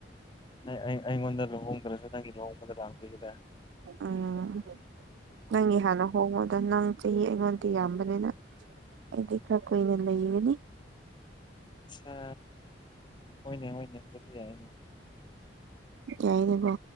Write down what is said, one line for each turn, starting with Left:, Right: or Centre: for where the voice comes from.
Left: ꯅ ꯑꯩ ꯑꯩꯉꯣꯟꯗ ꯂꯨꯍꯣꯡꯗ꯭ꯔꯁꯨ ꯅꯪꯒꯤ ꯂꯨꯍꯣꯡꯕꯗ ꯂꯥꯛꯄꯤꯒꯗ
Right: ꯎꯝ ꯅꯪꯒꯤ ꯍꯥꯟꯅ ꯍꯣꯡꯉꯗ ꯅꯪ ꯆꯍꯤ ꯉꯣꯟꯗꯤ ꯌꯥꯝꯕꯅꯤꯅ ꯑꯩꯗꯤ ꯈꯔ ꯀꯨꯏꯅ ꯂꯩꯒꯅꯤ
Left: ꯑ ꯍꯣꯏꯅꯦ <unintelligible>
Right: ꯌꯥꯏꯗꯕ